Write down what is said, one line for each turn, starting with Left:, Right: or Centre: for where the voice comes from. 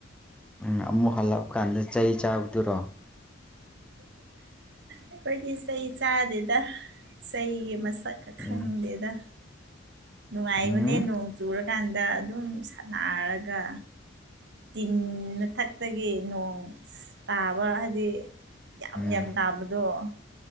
Centre: ꯎ ꯑꯃꯨꯛ ꯍꯜꯂꯛꯑꯄ ꯀꯥꯟꯗ ꯆꯍꯤ ꯆꯥꯕꯗꯨꯔꯣ
Right: ꯑꯩꯈꯣꯏꯗꯤ ꯆꯩ ꯆꯥꯗꯦꯗ ꯆꯩꯒꯤ ꯆꯄꯥ ꯀꯈꯥ
Centre: ꯎꯝ
Right: ꯂꯩꯗ ꯅꯨꯡꯉꯥꯏꯕꯅꯦ
Centre: ꯎꯝ
Right: ꯅꯣꯡ ꯆꯨꯔꯀꯥꯟꯗ ꯑꯗꯨꯝ ꯁꯥꯟꯅꯔꯒ ꯇꯤꯟ ꯃꯊꯛꯇꯒꯤ ꯅꯣꯡ ꯇꯥ ꯐꯕ ꯍꯥꯏꯗꯤ ꯌꯥꯝ
Centre: ꯎꯝ
Right: ꯌꯥꯝ ꯇꯥꯕꯗꯣ ꯑ